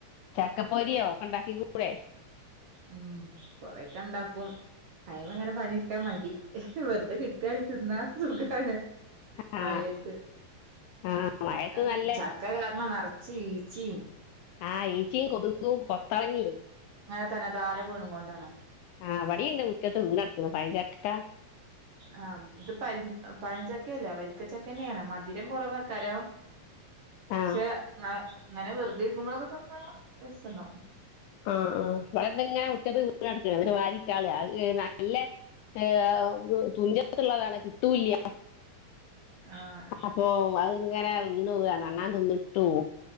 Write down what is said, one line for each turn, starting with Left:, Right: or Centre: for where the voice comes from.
Left: ചക്കപ്പൊരിയോ ഒക്കെ ഉണ്ടാക്കി <unintelligible>
Right: ഉം കുറെയൊക്കെ ഉണ്ടാക്കും അയിൻമേ ഇങ്ങനെ പണി എടുക്കാൻ മടി വെറുതെ കിട്ടുവാണേ തിന്നാ സുഖാണ്
Left: ആ
Right: മഴയത്ത്
Left: ആ മഴയത്ത്
Right: അത്
Left: നല്ല
Right: ചക്ക കാരണം നറച്ച് ഈ ച്ചിം
Left: ആഹ് ഈച്ചയും കൊതുവും കൊത്തളങ്ങയും
Right: ത്തനെ താലെ വീണുംകൊണ്ടാണ്
Left: ആ വടിണ്ട് മുറ്റത്ത് പഴഞ്ചക്ക വീണ് ക്ണ്
Right: ആ ഇത് പഴ പഴഞ്ചക്കല്ലേ വെര്ക്ക ചക്കെഞ്ഞെണ് മധുരം കുറവേക്കാരം
Left: ആ
Right: ക്ഷേ ന അങ്ങനെ വെറുതെ ഇരിക്കുമ്പോൾ ഒക്കെ തന്നാ രസള്ള
Left: ആ ആ ഇവങ്ങനെ മുറ്റത്ത് വീണ് കട്ക്കാണ്‌ അത് വാരിട്ടാള അല്ലെ <unintelligible> ഉള്ളതാണ് കിട്ടൂല്ല
Right: ആഹ് ആഹ്
Left: അപ്പോ, അത്ങ്ങനെ ഇന്നോവണോ ഞാനൊന്നിട്ടുപു